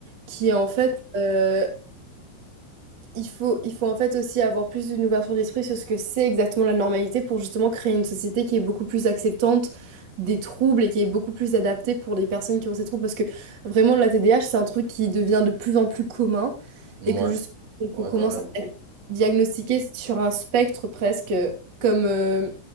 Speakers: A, on the right; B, on the right.
A: qui est en fait, euh, Il faut, il faut en fait aussi avoir plus une ouverture d'esprit sur ce que c'est exactement la normalité pour justement créer une société qui est beaucoup plus acceptante des troubles et qui est beaucoup plus adaptée pour les personnes qui ont ces troubles. Parce que vraiment, la TDAH, c'est un truc qui devient de plus en plus commun
B: Ouais,
A: et que juste
B: ouais,
A: qu'on commence
B: carrément.
A: à dia- diagnostiquer sur un spectre presque, euh, comme euh,